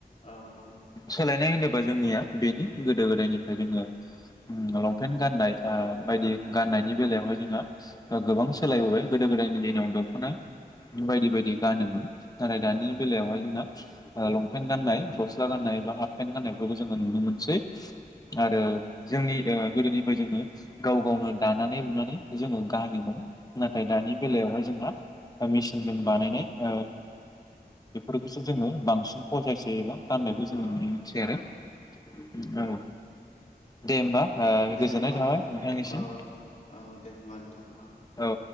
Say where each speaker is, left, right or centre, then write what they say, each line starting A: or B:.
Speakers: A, on the left; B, on the left.
A: औ औ
B: सोलायनाय होनोबा जोंनिया बेनि गोदो गोदायनिफ्राय जोङो ल पेन गाननाय ओ बायदि गाननायनि बेलायावहाय जोंङो ओ। गोबां सोलायबोबाय गोदो गोदायनि दिनाव द खना बायदि बायदि गानोमोन। नथाय दानि बेलायावहाय जोङो ओ लंपेन्ट गाननाय गस्ला गाननाय बा हा पेन गनायफोरखौ जो नुनो मोनसै आरो जोंनि ओ गोदोनि जोङो गाव गावनो दानानै लुनानै जोङो गानोमोन। नाथाय
A: औ
B: दानि बेलायावहाय जोंहा मेचिनजों बानायनाय‌। ओ बेफोरखौसो जोङो बांसिन फसायसै एबा गाननायखौ जों
A: औ
B: मिथियो
A: औ
B: आरो औ। दे होमबा। ओ
A: दे
B: गोजोननाय
A: होमब
B: थाबाय
A: ना
B: नोंथांनिसिम
A: औ औ दे होनबा नोंथां औ।
B: औ।